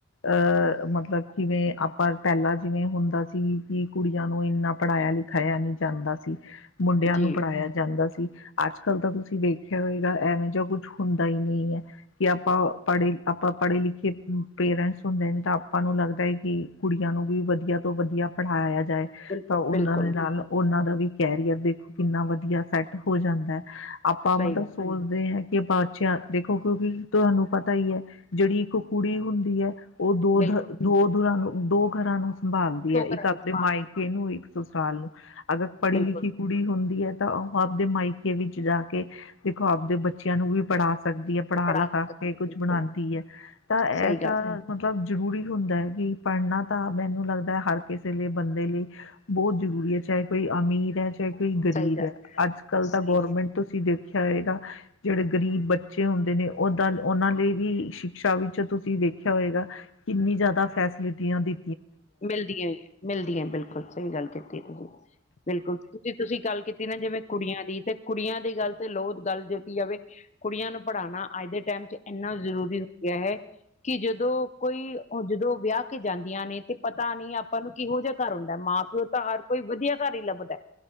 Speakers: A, on the left; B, on the left.
A: ਅਹ ਮਤਲਬ ਜੀਵੇ ਆਪਾ ਪਹਿਲਾ ਜਿਵੇਂ ਹੁੰਦਾ ਸੀ ਕਿ ਕੁੜੀਆਂ ਨੂੰ ਇੰਨਾ ਪੜ੍ਹਾਇਆ-ਲਿਖਾਇਆ ਨੀ ਜਾਂਦਾ ਸੀ। ਮੁੰਡਿਆਂ
B: ਜੀ
A: ਨੂੰ ਪੜ੍ਹਾਇਆ ਜਾਂਦਾ ਸੀ ਅੱਜ ਕੱਲ ਤਾਂ ਤੁਸੀਂ ਦੇੇਖਿਆ ਹੋਏ ਐਵੇਂ ਜਾਂ ਕੁੱਛ ਹੁੰਦਾ ਹੀ ਨੀ ਹੈ ਕਿ ਆਪਾਂ ਪੜ੍ਹੇ ਆਪਾਂ ਪੜ੍ਹੇ ਲਿਖੇ ਪੇਰੈਂਟਸ ਹੁੰਦੇ ਨੇ ਤਾਂ ਆਪਾਂ ਨੂੰ ਲੱਗਦਾ ਹੈ ਕਿ ਕੁੜੀਆਂ ਨੂੰ ਵੀ ਵਧੀਆ ਤੋਂ ਵਧੀਆ ਪੜ੍ਹਾਇਆ ਜਾਏ।
B: ਬਿਲਕੁਲ
A: ਤਾਂ ਉਹਨਾਂ
B: ਬਿਲਕੁਲ
A: ਦੇ ਨਾਲ ਉਹਨਾਂ ਦਾ ਵੀ ਕੈਰੀਅਰ ਦੇਖੋ ਕਿੰਨਾ ਵਧੀਆ ਸੈਟ ਹੋ ਜਾਂਦਾ। ਆਪਾਂ
B: ਸਹੀ
A: ਮਤਲਬ
B: ਗੱਲ
A: ਸੋਚਦੇ ਹਾ ਕਿ ਆਪਾਂ ਚਿਆਂਰ ਦੇਖੋ ਕਿਉਂਕਿ ਤੁਹਾਨੂੰ ਪਤਾ ਹੀ ਹੈ ਜਿਹੜੀ ਇੱਕ ਕੁੜੀ ਹੁੰਦੀ ਹੈ ਉਹ ਦੋ
B: ਬਿਲਕੁਲ
A: ਦ ਦੋ ਦੁਰਾਂ ਨੂੰ ਦੋ ਘਰਾਂ ਨੂੰ ਸੰਭਾਲਦੀ
B: ਧੋ
A: ਹੈ
B: ਕਰਾਂ
A: ਇੱਕ ਆਪਦੇ
B: ਨੂੰ ਸੰਭਾਲ
A: ਮਾਇਕੇ ਨੂੰ ਇੱਕ ਸੋ ਸਾਲ ਨੂੰ ਅਗਰ ਪੜ੍ਹੀ
B: ਬਿਲਕੁਲ
A: ਲਿਖੀ ਕੁੜੀ ਹੁੰਦੀ ਹੈ ਤਾਂ ਉਹ ਆਪਦੇ ਮਾਇਕੇ ਵਿੱਚ ਜਾ ਕੇ ਦੇਖੋ ਆਪਦੇ ਬੱਚਿਆਂ ਨੂੰ ਵੀ ਪੜ੍ਹਾ ਸਕਦੀ ਹੈ। ਪੜਾ
B: ਪੜ੍ਹਾ
A: ਲਿਖਾ
B: ਸਕਦੀ
A: ਕੇ ਕੁਛ
B: ਬਿਲਕੁਲ
A: ਬਣਾਉਂਦੀ ਹੈ ਤਾਂ ਇਹ
B: ਸਹੀ
A: ਤਾਂ
B: ਗੱਲ
A: ਮਤਲਬ ਜ਼ਰੂਰੀ ਹੁੰਦਾ ਹੈ ਕਿ ਪੜ੍ਹਨਾ ਤਾਂ ਮੈਨੂੰ ਲੱਗਦਾ ਹਰ ਕਿਸੇ ਲਈ ਬੰਦੇ ਲਈ ਬਹੁਤ ਜ਼ਰੂਰੀ ਹੈ ਚਾਹੇ ਕੋਈ ਅਮੀਰ ਹੈ ਚਾਹੇ ਕੋਈ ਗ਼ਰੀਬ
B: ਸਹੀ ਗੱਲ
A: ਹੈ ਅੱਜ ਕੱਲ੍ਹ ਤਾਂ
B: ਸਹੀ
A: ਗੌਰਮੈਂਟ
B: ਗੱਲ
A: ਤੁਸੀਂ ਦੇਖ ਖਿਆਏਗਾ ਜਿਹੜੇ ਗ਼ਰੀਬ ਬੱਚੇ ਹੁੰਦੇ ਨੇ ਓਦਾਂ ਉਹਨਾਂ ਲਈ ਵੀ ਸ਼ਿਕਸ਼ਾ ਵਿੱਚ ਤੁਸੀਂ ਵੇਖਿਆ ਹੋਏਗਾ ਕਿੰਨੀ ਜ਼ਿਆਦਾ ਫੈਸਿਲਿਟੀਆ ਦੀ।
B: ਮਿਲਦੀਆਂ ਹੀ ਏ ਮਿਲਦੀਆਂ ਬਿਲਕੁਲ ਸਹੀ ਗੱਲ ਕੀਤੀ ਤੁਸੀਂ ਬਿਲਕੁਲ ਤੁਸੀਂ ਗੱਲ ਕੀਤੀ ਨਾ ਜਿਵੇਂ ਕੁੜੀਆਂ ਦੀ ਤੇ ਕੁੜੀਆਂ ਦੀ ਗੱਲ ਤੇ ਲੋ ਗੱਲ ਜੋਤੀ ਜਾਵੇ। ਕੁੜੀਆਂ ਨੂੰ ਪੜ੍ਹਾਉਣਾ ਅੱਜ ਦੇ ਟਾਈਮ ਚ ਇੰਨਾ ਜ਼ਰੂਰੀ ਹੋ ਗਿਆ ਹੈ। ਕਿ ਜਦੋਂ ਕੋਈ ਜਦੋਂ ਵਿਆਹ ਕੇ ਜਾਂਦੀਆਂ ਨੇ ਤੇ ਪਤਾ ਨੀ ਆਪਾਂ ਨੂੰ ਕਿਹੋ ਜਿਹਾ ਘਰ ਹੁੰਦਾ ਮਾਂ ਪਿਓ ਤਾਂ ਹਰ ਕੋਈ ਵਧੀਆ ਘਰ ਹੀ ਲੱਭਦਾ।